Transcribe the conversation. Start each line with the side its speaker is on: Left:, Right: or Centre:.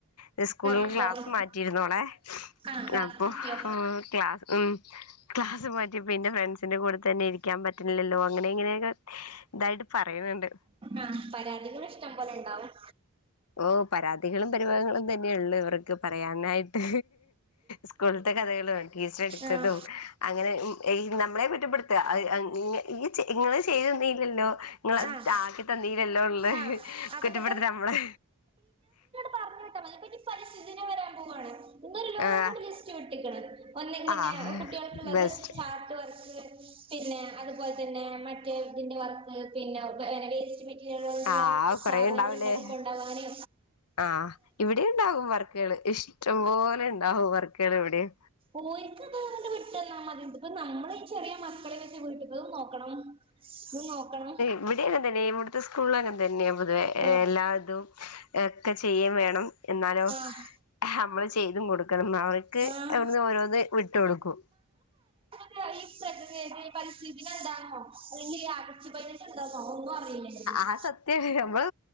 Left: ന്നെ സ്കൂൾ
Right: ആ
Left: ക്ലാസ്
Right: തുറന്ന്
Left: മാറ്റ് റ്റീരുന്നോളെ
Right: ആഹ് ക്ലാസ്
Left: അപ്പോ
Right: മാറ്റിയോ
Left: ക്ലാസ് ഉം ക്ലാസ് മാറ്റ്യെപ്പം ഇൻ്റെ ഫ്രൻസിന്റെ കൂടെ തന്നെ ഇരിക്കാം പ റ്റ്ണ്ല്ലല്ലോ അങ്ങനെ ഇങ്ങനെയൊക്കെ തായ്ട്ട് പറയ്ണ്‌ണ്ട്
Right: ആഹ് പരാതികൾ ഇഷ്ടം പോലെ ഇണ്ടാവും
Left: ഓഹ് പരാതികളും പരിപവങ്ങളും തന്നെയൊള്ളൂ ഇവർക്ക് പ റയാനായ്ട്ട് സ്കൂൾത്തെ കഥകെളും ടീച്ചെറ് അടിച്ചെതും
Right: ആഹ്
Left: അങ്ങനെ ഉം ഏയ് നമ്മളെ കുറ്റപ്പെട്ത്താ അത് അ ഇ ഇയ്യ് ചെ ഇങ്ങെള് ചെയ്തെന്നീല്ലല്ലോ ഇങ്ങെള്
Right: ആഹ്
Left: താക്കി തന്നീലല്ലോ ള്ളെ
Right: ആഹ് അതൊക്കെ
Left: കുറ്റപ്പെട്ത്തലാ അമ്മളേ
Right: പർഞ്ഞേട്ടാ മതി പ്പെനി പരിസ്തി ദിനം വെരാം പോവാണ് ഇന്നൊര് ലോഡ്
Left: ആഹ്
Right: ലിസ്റ്റ് വിട്ട്ക്ക്ണ് ഒന്നിൽ പിന്നേ
Left: ആഹ്
Right: കുട്ടികൾക്കുള്ളത്
Left: ബെസ്റ്റ്
Right: ചാ ട്ട് വർക്ക് പിന്നേ അതുപോൽ തന്നേ മറ്റേ തിന്റെ വർക്ക് പിന്നെ വേ വേസ്റ്റ് മെറ്റീരിയലോടുള്ളെ
Left: ആഹ്
Right: സാധനങ്ങള്ണ്ടാക്കി
Left: കൊറേ ഉണ്ടാവൂലേ
Right: കൊണ്ടവാന്
Left: ആഹ് ഇവിടീംണ്ടാവും വർക്ക്കെള് ഇഷ്ടം പോലെണ്ടാവും വർക്ക്കെള് ഇവിടീം
Right: ഓര്ക്കത്ങ്ങട്ട് വിട് ട്ടെന്നാ മതി ഇപ്പം നമ്മളീ ചെറിയ മക്കളിം വെച്ച് വീട്ട്ത്തതും നോക്കണം തും നാേക്കണം
Left: ഇവിടിം അങ്ങൻതന്നെ ഇവിട്ത്തെ സ്കൂൾലും അങ്ങൻതന്നെ പൊതുവേ
Right: ആഹ്
Left: എല്ലാതും എ ക്കെ ചെയ്യും വേണം എന്നാലോ
Right: ആഹ്
Left: അമ്മെള് ചെയ്തും കൊട് ക്കണം ന്നാ അവര്ക്ക്
Right: ആഹ്
Left: അവ്ട്ന്ന് ഓരോന്ന് വിട്ട് കൊട്ക്കും
Right: ഇതാ തീ പ്രകൃതി തന്നേ പരിസ്തിദിനന്താന്നോ അല്ലെങ്കി ഈ ആഗസ്റ്റ് പയ്നഞ്ചെന്താന്നോ ഒന്നും അറീലേയ്ര്ന്നു
Left: അത് സത്യാണ് അമ്മള്